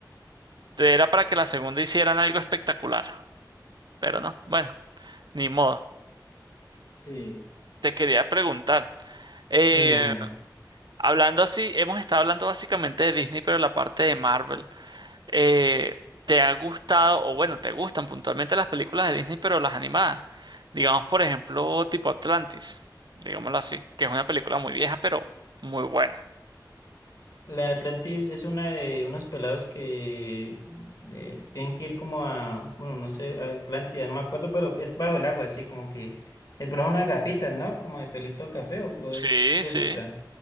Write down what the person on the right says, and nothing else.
Era para que la segunda hicieran algo espectacular. Pero no, bueno, ni modo.
Te quería preguntar. eh,
hablando así, hemos estado hablando básicamente de Disney, pero la parte de Marvel. eh, ¿te ha gustado, o bueno, te gustan puntualmente las películas de Disney, pero las animadas? Digamos, por ejemplo, tipo Atlantis, digámoslo así, que es una película muy vieja, pero muy buena.
Sí,
sí.